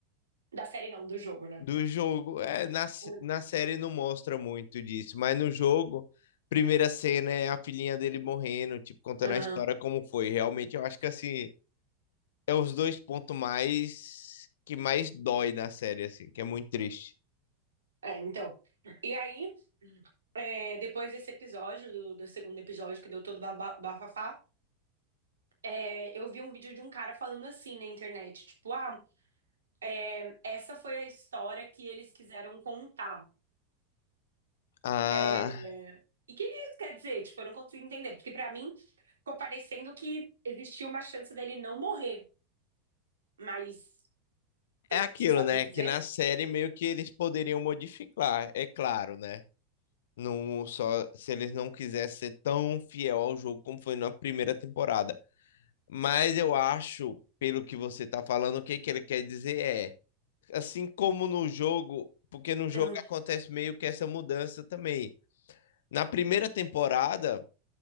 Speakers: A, on the right; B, on the left.
A: da série não, do jogo, né?
B: do jogo. É, na, s-
A: Hum.
B: na série não mostra muito disso, mas no jogo, primeira cena é a filhinha dele morrendo, tipo, contando
A: Aham,
B: a história como foi. Realmente, eu acho que assim, é os dois pontos mais que mais dói na série, assim, que é muito triste.
A: É, então. E aí. É, depois desse episódio, do, do segundo episódio que deu todo baba- bafafá, é, eu vi um vídeo de um cara falando assim na internet, tipo, ah, é, essa foi a história que eles quiseram contar.
B: Ah,
A: É, e o que isso quer dizer? Tipo, eu não consigo entender, porque pra mim ficou parecendo que existia uma chance dele não morrer, mas
B: é aquilo,
A: você sabe
B: né?
A: me
B: Que
A: dizer?
B: na série meio que eles poderiam modificar, é claro, né? Não só se eles não quisessem ser tão fiel ao jogo como foi na primeira temporada. Mas eu acho, pelo que você tá falando, o que que ele quer dizer é, assim como no jogo, porque no jogo
A: <clears throat>
B: acontece meio que essa mudança também. Na primeira temporada,